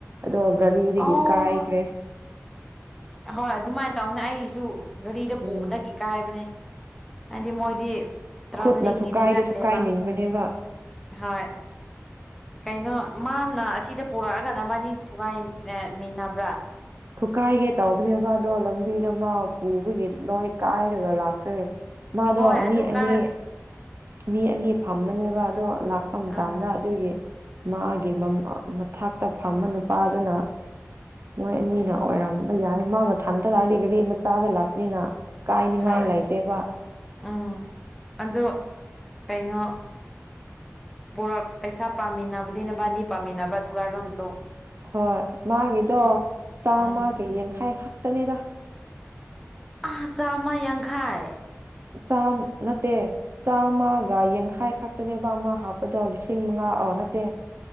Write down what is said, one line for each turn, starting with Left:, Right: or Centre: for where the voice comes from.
Right: ꯑꯗꯣ ꯒꯔꯤꯗꯥꯒꯤ
Centre: ꯑꯣ
Right: ꯀꯥꯏꯈ꯭ꯔꯦ
Centre: ꯍꯣꯏ ꯑꯗꯨꯃꯥꯏꯅ ꯇꯧꯅꯦ ꯑꯩꯁꯨ ꯒꯥꯔꯤꯗ
Right: ꯎꯝ
Centre: ꯄꯨꯕꯗꯒꯤ ꯀꯥꯏꯕꯅꯦ ꯍꯥꯏꯗꯤ ꯃꯣꯏꯗꯤ ꯇ꯭ꯔꯕꯂꯤꯡꯒꯤꯗꯤ
Right: ꯈꯨꯠꯅ ꯊꯨꯀꯥꯏꯗꯤ
Centre: ꯅꯠꯇꯦꯕ
Right: ꯊꯨꯀꯥꯏꯅꯤꯡꯕꯅꯦꯕ
Centre: ꯍꯣꯏ ꯀꯩꯅꯣ ꯃꯥꯅ ꯑꯁꯤꯗ ꯄꯨꯔꯛꯑꯒ ꯅꯕꯥꯅꯤ ꯊꯨꯒꯥꯏꯃꯤꯟꯅꯕ꯭ꯔꯥ
Right: ꯊꯨꯀꯥꯏꯒꯦ ꯇꯧꯕꯅꯦꯕ ꯑꯗꯗꯣ ꯂꯝꯕꯤꯗ ꯃꯥ ꯄꯨꯕꯒꯤ ꯂꯣꯏ ꯀꯥꯏꯔꯒ ꯂꯥꯛꯈ꯭ꯔꯦ ꯃꯥꯗꯣ
Centre: ꯍꯣꯏ ꯑꯗꯨ
Right: ꯃꯤ ꯑꯅꯤ
Centre: ꯀꯥꯏ
Right: ꯃꯤ ꯑꯅꯤ ꯐꯝꯕꯅꯦꯕ ꯑꯗꯣ ꯂꯥꯛꯄ ꯃꯇꯝꯗ
Centre: ꯑꯥ
Right: ꯑꯗꯨꯒꯤ ꯃꯥꯒꯤ ꯃꯊꯛꯇ ꯐꯝꯕ ꯅꯨꯄꯥꯗꯨꯅ ꯃꯣꯏ ꯑꯅꯤꯅ ꯑꯣꯏꯔꯝꯕ ꯌꯥꯏ ꯃꯥ ꯃꯊꯟꯇ ꯂꯥꯛ ꯑꯗꯤ ꯒꯥꯔꯤ ꯃꯆꯥꯗ ꯂꯥꯛꯄꯅꯤꯅ ꯀꯥꯏꯅꯤꯡꯉꯥꯏ
Centre: ꯍꯣꯏ
Right: ꯂꯩꯇꯦꯕ
Centre: ꯎꯝ ꯑꯗꯣ ꯀꯩꯅꯣ ꯄꯨꯔꯛ ꯄꯩꯁꯥ ꯄꯥꯃꯤꯟꯅꯕꯗꯤ ꯅꯕꯥꯅꯤ ꯄꯥꯃꯤꯟꯅꯕ ꯊꯨꯒꯥꯏꯕ ꯑꯇꯨꯡ
Right: ꯍꯣꯏ ꯃꯥꯒꯤꯗꯣ ꯆꯥꯝꯃꯒ
Centre: ꯎꯝ
Right: ꯌꯥꯡꯈꯩ ꯈꯛꯇꯅꯤꯗ
Centre: ꯑ ꯆꯥꯝꯃ ꯌꯥꯡꯈꯥꯏ
Right: ꯆꯥ ꯅꯠꯇꯦ ꯆꯥꯝꯃꯒ ꯌꯥꯡꯈꯥꯏ ꯈꯛꯇꯅꯦꯕ ꯑꯃ ꯍꯥꯞꯄꯗꯧ ꯂꯤꯁꯤꯡ ꯂꯤꯁꯤꯡ ꯃꯉꯥ ꯑꯣ ꯅꯠꯇꯦ